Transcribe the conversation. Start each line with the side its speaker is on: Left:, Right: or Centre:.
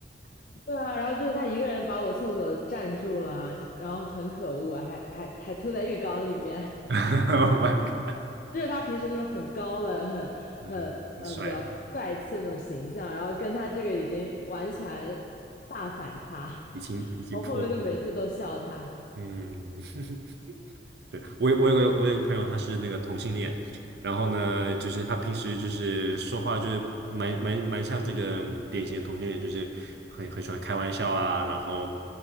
Left: <laughs> 对啊，然后就是他一个人把我厕所占住了，然后很可恶啊还还还吐在浴缸里面。<laughs>
Right: <laughs>，Oh my god，
Left: 就是他平时那种很高冷、很很嗯比较帅气的那种形象，
Right: 嗯，很帅，
Left: 然后跟他这个已经完全大反差。
Right: 已经已经破了，
Left: 我后面就每次都笑他。
Right: 嗯。<laughs> 对，我有我有个我有个朋友，他是那个同性恋，然后呢，就是他平时就是说话就是蛮蛮蛮像这个典型的同性恋，就是很很喜欢开玩笑啊，然后